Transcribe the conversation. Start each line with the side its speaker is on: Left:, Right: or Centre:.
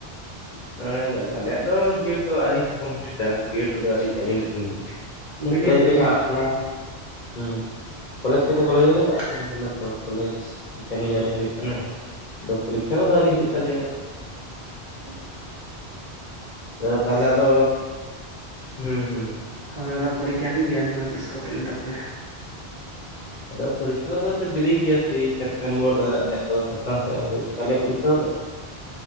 Left: ᱦᱮᱸ ᱫᱟᱫᱟ ᱟᱞᱮᱭᱟᱜ ᱫᱚ ᱵᱤ ᱮᱰ ᱫᱚ ᱟᱹᱣᱨᱤ ᱠᱚᱢᱯᱞᱤᱴᱟ ᱵᱤ ᱮᱰ ᱠᱚᱫᱚ ᱟᱹᱣᱨᱤ ᱤᱱᱟᱹᱜ ᱥᱟᱜᱤᱧ ᱫᱚ ᱾
Right: ᱵᱤᱱᱤᱰ
Left: ᱠᱚᱞᱮᱡᱽ ᱨᱮᱠᱚ
Right: ᱵᱤᱱᱤᱰ
Left: ᱪᱟᱞᱟᱜ ᱠᱟᱱᱟ᱾ ᱦᱮᱸ ᱠᱚᱞᱮᱡᱽ ᱠᱚ ᱫᱚ ᱠᱚᱞᱮᱡᱽ ᱨᱮᱜᱮ ᱪᱟᱜ ᱠᱟᱱᱟ ᱢᱮᱱᱛᱮ ᱚᱱᱮ ᱛᱚ᱾ ᱠᱚᱞᱮᱡᱽ ᱥᱮᱠᱮᱱ ᱤᱭᱟᱨ ᱨᱮ ᱦᱩᱭᱩᱜ ᱠᱟᱱᱟ ᱟᱫᱚ ᱯᱚᱨᱤᱠᱠᱷᱟ ᱠᱚᱫᱚ ᱟᱣᱨᱤ ᱦᱩᱭᱩᱜ ᱛᱟᱞᱮᱭᱟ,
Right: ᱦᱮᱸ᱾ <inaudible>
Left: ᱫᱟᱫᱟ ᱛᱟᱦᱚᱞᱮ ᱟᱫᱚ, ᱦᱩᱸ ᱦᱩᱸ᱾
Right: ᱦᱳᱭ ᱚᱱᱟ ᱯᱚᱨᱤᱠᱠᱷᱟ ᱜᱤᱧ ᱞᱟᱹᱭᱟᱢ ᱠᱟᱱᱟ ᱛᱤᱥ ᱠᱚᱛᱮᱱ ᱛᱟᱯᱮ?
Left: ᱟᱫᱚ ᱯᱚᱨᱤᱠᱠᱷᱟ ᱠᱚᱫᱚ ᱛᱚ ᱰᱮᱨᱤ ᱜᱮᱭᱟ ᱥᱮᱭ ᱥᱮᱯᱴᱮᱢᱵᱚᱨ ᱫᱚ ᱟᱞᱮᱭᱟᱜ ᱫᱚ ᱥᱮᱯᱴᱮᱢᱵᱚᱨ ᱥᱮᱫ ᱦᱩᱭᱩᱜ ᱜᱮ ᱛᱟᱞᱮᱭᱟ ᱯᱚᱨᱤᱠᱠᱷᱟ ᱠᱚᱫᱚ,
Right: <unintelligible>